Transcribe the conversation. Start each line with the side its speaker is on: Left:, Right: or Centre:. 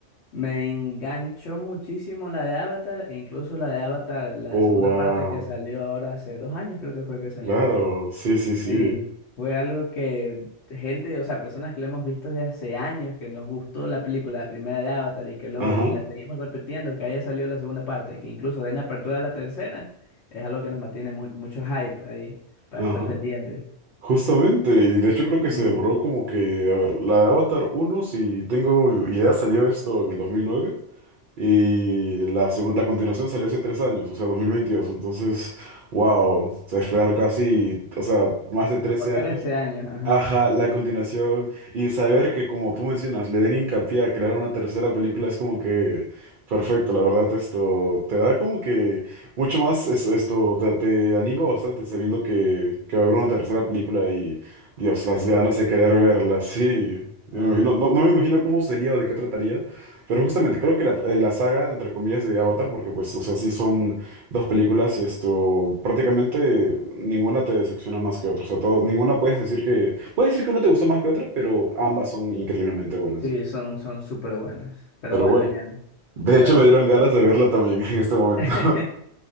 Left: me enganchó muchísimo la de Avatar e incluso la de Avatar, la
Right: Oh,
Left: segunda
Right: wow,
Left: parte que salió ahora hace dos años creo que fue que salió.
Right: claro, sí, sí, sí,
Left: Sí, fue algo que gente, o sea, personas que lo hemos visto desde hace años, que nos gustó la película, la primera de Avatar y que lo,
Right: ajá,
Left: y la seguimos repitiendo, que haya salido la segunda parte, y que incluso den apertura a la tercera, es algo que nos mantiene mu- mucho hype ahí para
Right: ajá.
Left: estar pendientes.
Right: Justamente, y de hecho creo
Left: Ujú.
Right: que se demoró como que, a ver, la de Avatar uno si tengo idea, salió esto en el 2009. Y la, segun- la continuación salió hace tres años, o sea, dos mil veintidós Entonces, wow, o sea, esperar casi, o sea, más de trece
Left: Como trece
Right: años
Left: años, ajá.
Right: Ajá, la continuación y saber que como tú mencionas, le den hincapié a crear una tercera película es como que perfecto, la verdad esto te da como que mucho más, es- esto te, te anima bastante sabiendo que, que va a haber una tercera película y Dios, las
Left: Sí,
Right: ganas
Left: la verdad
Right: de querer
Left: que sí.
Right: verla, sí, Me
Left: Ajá.
Right: imagino- no, no me imagino cómo sería o de qué trataría, pero justamente creo que la, eh, la saga, entre comillas, de Avatar, porque pues, o sea, sí son Dos películas, esto, prácticamente ninguna te decepciona más que otra. O sea, todo, ninguna puedes decir que, puedes decir que una te gustó más que otra, pero ambas son increíblemente buenas.
Left: Sí, son, son súper buenas. Pero
Right: Pero
Left: bueno,
Right: bueno,
Left: Jan,
Right: de
Left: ahora
Right: hecho
Left: sí.
Right: me dieron ganas de verla también <laughs> en este momento.
Left: <laughs>